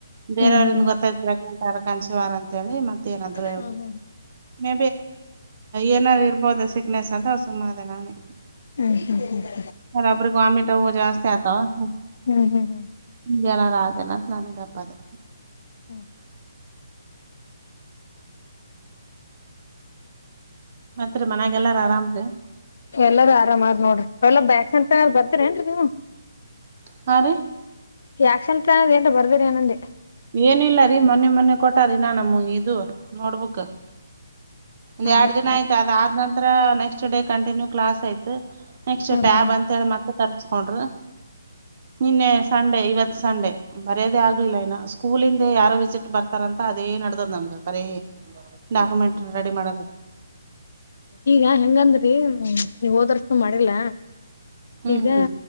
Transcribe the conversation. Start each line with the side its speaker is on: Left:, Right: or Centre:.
Right: ಬೇರೆಯವರಿಂದ
Left: ಹ್ಮ್ ಹ್ಮ್
Right: ಗೊತ್ತಾಯ್ತಾರೆಂತ. ಕಂಚಿವಾರ ಅಂತ ಹೇಳಿ ಮತ್ತ ಏನಾದ್ರು
Left: ಹ್ಮ್ ಹ್ಮ್
Right: ಮ ಏನಾದಾರರು ಇರ್ಬೋದ. ನ ಸಂತೋ ಸಮ್ಮ ಅದ ನಾನು.
Left: ಹ್ಮ್ ಹ್ಮ್
Right: ಅರಪ್ರ ಗುಮಿಟ ಹ ಜಾಸ್ತ ಆತ್ಮ.
Left: ಹ್ಮ್ ಹ್ಮ್ ಹ್ಮ್ ಹ್ಮ್ ಹ್ಮ್ ಹ್ಮ್
Right: ಜನರ ಅನಂತ ನನಗಪ್ಪದೆ.
Left: ಹ್ಮ್
Right: ಮತ್ತತ್ರಿ ಮನಯಾಗ ಎಲ್ಲಾರ ಆರಾಮ್ರೀ.
Left: ಎಲ್ಲಾರೂ ಆರಾಮಾರ್ ನೋಡ್ರಿ ಎಲ್ಲಾ ಬ್ಯಾ ಅಂತ ಬರಏನ್ರಿ ನೀ.
Right: ಹಾ ರಿ.
Left: ಯಾಕ್ಷನ್ ಪ್ಲಾನ್ ಅದ ಏನ್ ಬರ್ದಿರಿ ಏನಂದೇ.
Right: ಏನಿಲ್ಲ ರೀ ಮೊನ್ನೆ ಮೊನ್ನೆ ಕೊಟ್ಟಾರೀ ನಾ ನಮ್ ಇದು ನೋಡ್ಬುಕ್. ಒಂದ್
Left: ಹ್ಮ್
Right: ಎರಡ್ ದಿನ ಆಯ್ತು ಅದ ಆದ್ ನಂತರ ನೆಕ್ಸ್ಟ್ ಡೇ ಕಂಟಿನ್ಯೂ ಕ್ಲಾಸ್ ಆಯ್ತು ನೆಕ್ಸ್ಟ್ ಟ್ಯಾಬ
Left: ಹ್ಮ್ ಹ್ಮ್
Right: ಅಂತೇಳಿ ಮತ್ತ ತರ್ಸ್ಕೊಂಡ್ರ ನಿನ್ನೆ ಸಂಡೆ ಇವತ್ತ ಸಂಡೆ ಬರ್ಯದೇ ಆಗ್ಲಿಲ್ಲ ಇನ್ನ ಕೂಲಿಂದ ಯಾರೋ ವಿಸಿಟ್ ಬರ್ತಾರಂತ ಅದೇ ನಡ್ದದ್ ನಮ್ದ ಬರೆ ಡಾಕ್ಯುಮೆಂಟ
Left: ಹ್ಮ್ ಹ್ಮ್
Right: ರೆಡಿ ಮಾಡೋದ
Left: ಈಗ ಹೆಂಗಂದ್ರರಿ ನೀವ ಓದರ್ಸು ಮಾಡಿರಲ್ಲಾ
Right: ಹ್ಮ್
Left: ಈಗ